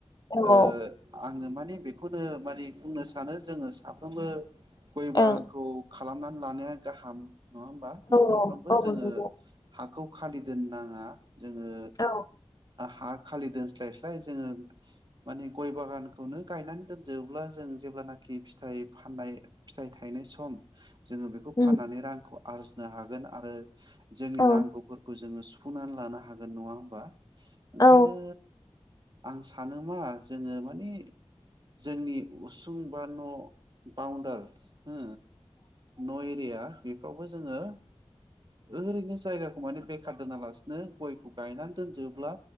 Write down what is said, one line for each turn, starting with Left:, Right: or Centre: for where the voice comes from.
Left: औ
Right: ओ
Left: औ
Right: आङो माने बेखौनो माने बुंनो सानो जोङो साफ्रोमबो गय
Left: ओं
Right: बागानखौ खालामनानै लानाया गाहाम नङा होमबा न'खरफ्रोमबो
Left: औ औ
Right: जोङो
Left: नंगौ
Right: हाखौ खालि दोननाङा जोङो
Left: औ
Right: हा खालि दोनस्लायस्लाय जोङो माने गय बागानखौनो गायनानै दोनजोबब्ला जों जेब्लानाखि फिथाइ फाननाय फिथाइ थायनाय सम जोङो बेखौ
Left: उम
Right: फाननानै रांखौ आरजिनो हागोन आरो जोंनि
Left: औ
Right: नांगौफोरखौ जोङो सु सुफुंनानै लानो हागोन नङा होमबा ओंखायनो
Left: औ
Right: आं सान मा जोङो मानि जोंनि उसुं बा न' बाउणडार ओ नय हैया बेफोरावबो जोङो ओरैनो जायगाखौ माने बेखार दोनालासिनो गयखौ गायनानै दोनजोब्ला